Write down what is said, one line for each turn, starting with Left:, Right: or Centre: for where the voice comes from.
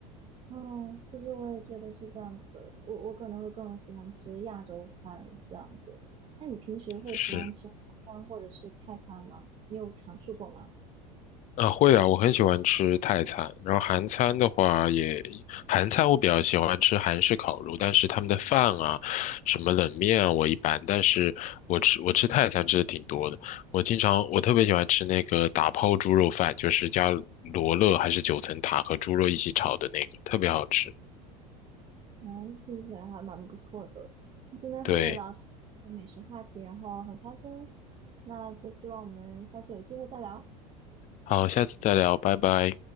Right: 哦，其实我也觉得是这样子的，我我可能会更喜欢吃亚洲餐这样子。那你平时会喜欢吃韩餐或者是泰餐吗？
Left: 是。
Right: 你有尝试过吗？
Left: 啊，会啊，我很喜欢吃泰餐，然后韩餐的话也，韩餐我比较喜欢吃韩式烤肉，但是他们的饭啊，什么冷面啊，我一般，但是我吃我吃泰餐吃的挺多的，我经常我特别喜欢吃那个打抛猪肉饭，就是加罗勒还是九层塔和猪肉一起炒的那个，特别好吃。
Right: 嗯，听起来还蛮不错的。今天和你聊这个美食话题，
Left: 对，
Right: 然后很开心。那就希望我们下次有机会再聊。
Left: 好，下次再聊，拜拜。